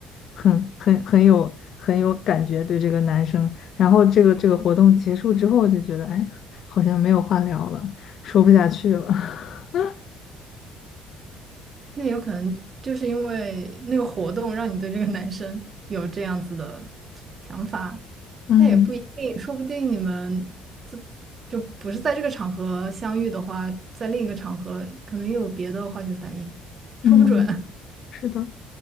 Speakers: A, on the left; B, on the right.
A: 很很很有很有感觉对这个男生。然后这个这个活动结束之后，就觉得哎，好像没有话聊了，说不下去了。<laughs>
B: 那有可能就是因为那个活动让你对这个男生有这样子的想法。
A: 嗯
B: 那也不一定，说不定你们就就不是在这个场合相遇的话，在另一个场合可能又有别的化学反应，说不准。
A: 嗯，
B: <laughs>
A: 是的。